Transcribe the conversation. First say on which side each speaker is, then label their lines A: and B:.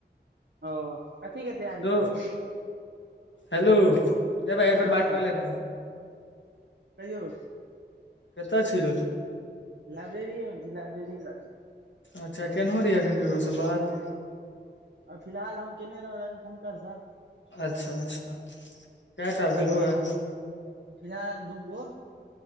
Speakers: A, on the right; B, on the left.
A: ओ कथी कि तैयारी
B: रौ
A: करबै
B: हेलो हे भाइ सकबेर
A: हँ
B: बात करले ने
A: कहियौ
B: केतऽ छी
A: लाइब्रेरी ए लइब्रेरी ल
B: अच्छा केनाहो रही एखन केकरोस बात
A: फिलहाल हम केने रहौं रविशंकर
B: अच्छा अच्छा कटा भेलू ह
A: फिलहाल दूगो